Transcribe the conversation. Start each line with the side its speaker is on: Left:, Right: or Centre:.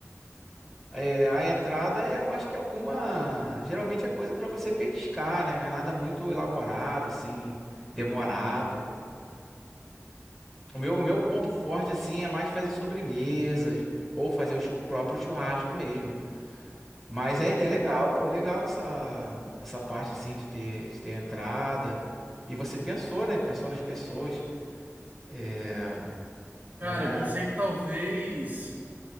Centre: é, a entrada é, eu acho que é alguma. Geralmente é coisa pra você petiscar, né? Não é nada muito elaborado, assim, demorado. O meu, o meu ponto forte, assim, é mais fazer sobremesas ou fazer o chu- próprio churrasco mesmo. Mas é, é legal, pô, legal essa, essa parte assim de ter, de ter entrada. E você pensou, né? Pensou nas pessoas. É, não
Right: Cara,
Centre: é.
Right: eu pensei que talvez.